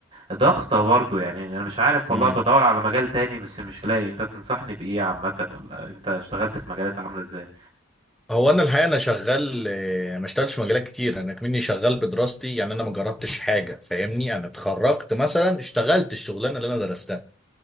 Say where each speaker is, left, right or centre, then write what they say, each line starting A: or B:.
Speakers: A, on the right; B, in the centre.
A: ضغطه برضو يعني يعني انا مش عارف والله
B: امم
A: بدور على مجال تاني بس مش لاقي انت تنصحني بايه عامه ولا انت اشتغلت في مجالات عامله ازاي
B: هو انا الحقيقه انا شغال آه، ما اشتغلتش في مجالات كتير انا كمني شغال بدراستي يعني انا ما جربتش حاجه فاهمني انا اتخرجت مثلا اشتغلت الشغلانه اللي انا درستها